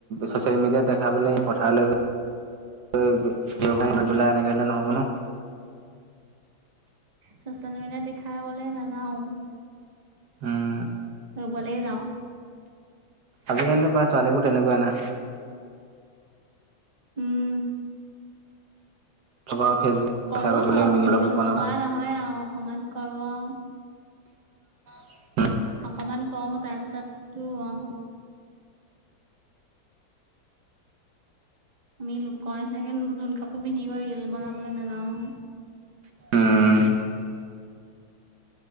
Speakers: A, on the right (about 60°); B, on the right (about 25°).
A: চচিয়েল মিডিয়াত দে দে খাবলৈ পথাৰলৈ গৈ পেলাই এনেক হলে নহ'ব ন
B: চচিয়েল মিডিয়াত দেখাবলে নাযাও।
A: উম।
B: ৰুবলে যাওঁ।
A: আজিকালিটো প্ৰায় ছোৱালীবোৰ তেনেকুৱাই না।
B: উম।
A: চবৰ ফেচবুক
B: কৰো
A: পইচা ঘটিবলৈ
B: বাৰু
A: মিনি
B: ভিডিঅ'
A: ব্লগ বনাব
B: নকৰা নহয় আও অকমান কৰো আও।
A: <unintelligible>
B: অকমান কৰওঁ তাৰপিছতো অ আমি লোক কৰ নিচিনাকে নতুন কাপোৰ পিন্ধিব ৰিল বনাবলৈ নাযাওঁ নহয়।
A: উম
B: <unintelligible>